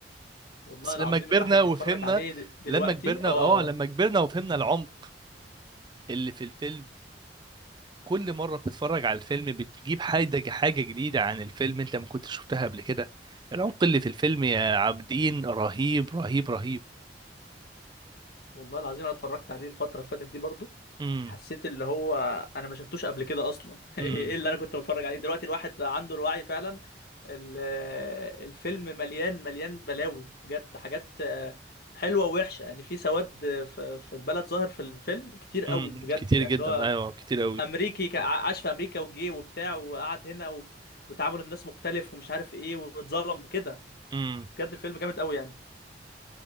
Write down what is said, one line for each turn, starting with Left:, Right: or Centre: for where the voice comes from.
Left: والله
Right: بس
Left: العظيم
Right: لما كبرنا
Left: الواحد
Right: وفهمنا
Left: بيتفرج عليه د- دلوقتي
Right: لما كبرنا
Left: اه
Right: اه لما كبرنا وفهمنا العمق اللي في الفيلم كل مرة بتتفرج على الفيلم بتجيب حاجة حاجة جديدة عن الفيلم انت ما كنتش شفتها قبل كده العمق اللي في الفيلم يا عابدين رهيب رهيب رهيب
Left: والله العظيم انا اتفرجت عليه الفتره اللي فاتت دي برضو
Right: امم
Left: حسيت اللي هو انا ما شفتوش قبل كده اصلا <laughs> ايه
Right: امم
Left: اللي انا كنت بتفرج عليه دلوقتي الواحد عنده الوعي فعلا ال- الفيلم مليان مليان بلاوي بجد حاجات آه، حلوه ووحشه يعني في سواد آه، في في البلد ظاهر في الفيلم كتير قوي
Right: امم
Left: بجد
Right: كتير
Left: يعني
Right: جدا
Left: اللي هو
Right: ايوه كتير قوي
Left: امريكي كا- عاش في امريكا وجي وبتاع وقعد هنا و... وتعامل الناس مختلف ومش عارف ايه واتظلم كده
Right: امم
Left: بجد الفيلم جامد قوي يعني